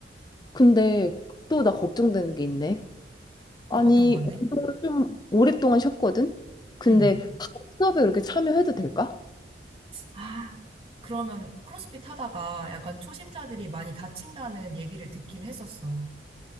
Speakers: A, on the left; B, on the right.
A: 근데 또 나 걱정되는 게 있네. 아니,
B: 음, 어떤 건데?
A: 운동을 좀 오랫동안 쉬었거든? 근데
B: 응.
A: 바로 수업에 그렇게 참여해도 될까?
B: 아, 그러면 크로스핏 하다가 약간 초심자들이 많이 다친다는 얘기를 듣긴 했었어.